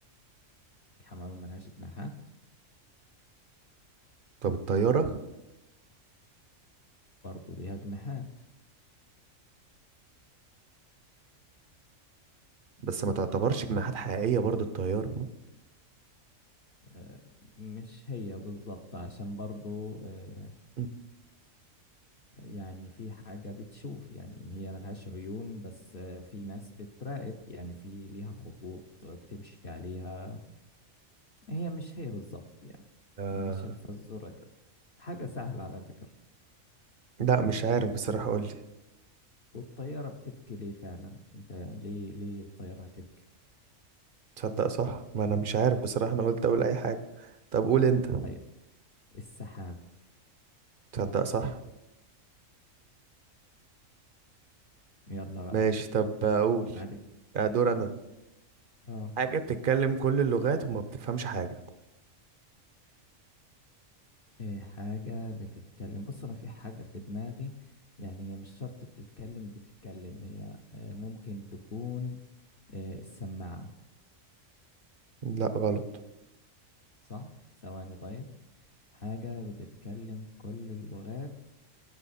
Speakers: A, on the left; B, on the right.
A: الحمامة ملهاش جناحات
B: طب الطيارة
A: برضو ليها جناحات
B: بس ما تعتبرش جناحات حقيقية برضو الطيارة
A: آه، مش هي بالظبط عشان برضو آه،
B: م.
A: يعني في حاجة بتشوف يعني هي ملهاش عيون بس آه، في ناس بتراقب يعني في ليها خطوط بتمشي عليها هي مش هي بالضبط يعني
B: آه.
A: مش الفزورة كده حاجة سهلة على فكرة
B: لا مش عارف بصراحة قول لي
A: والطيارة بتبكي ليه فعلا انت ليه ليه الطيارة هتبكي
B: تصدق صح ما انا مش عارف بصراحة انا قلت اقول اي حاجة طب قول
A: <laughs>
B: انت
A: طيب السحاب
B: تصدق صح
A: يلا بقى
B: ماشي طب اقول
A: عليك
B: آه، دور انا
A: اه
B: حاجة بتتكلم كل اللغات وما بتفهمش حاجة
A: إيه حاجة بتتكلم بص أنا في حاجة في دماغي يعني هي مش شرط بتتكلم بتتكلم هي آه، ممكن تكون آه، السماعة
B: لا غلط
A: صح؟ ثواني طيب حاجة بتتكلم كل اللغات